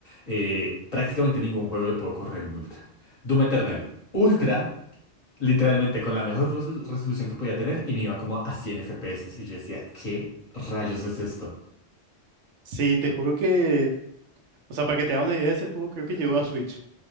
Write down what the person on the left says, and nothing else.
eh, prácticamente ningún juego lo puedo correr en Ultra. Doom Eternal. Ultra, literalmente con la mejor resolu- resolución que podía tener y me iba como a 100 FPS. Y yo decía, ¿qué rayos es esto?